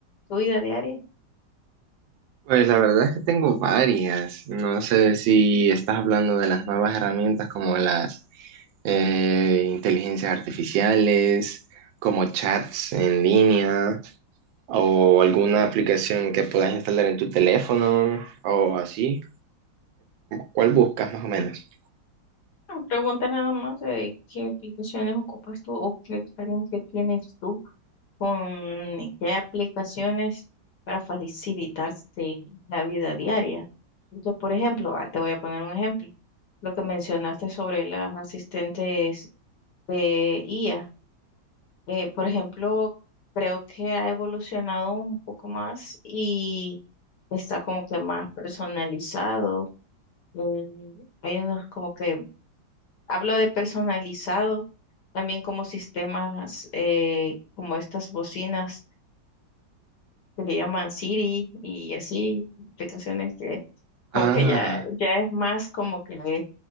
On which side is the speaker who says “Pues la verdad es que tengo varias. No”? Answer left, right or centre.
Right